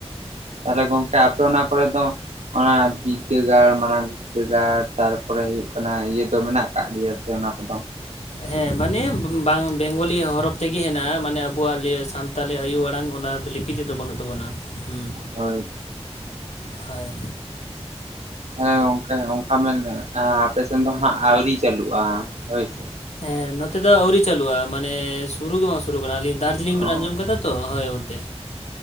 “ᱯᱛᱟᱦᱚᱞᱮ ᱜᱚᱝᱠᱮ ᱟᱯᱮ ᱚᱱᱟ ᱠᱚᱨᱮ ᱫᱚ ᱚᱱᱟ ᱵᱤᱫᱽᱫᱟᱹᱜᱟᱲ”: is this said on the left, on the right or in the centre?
Right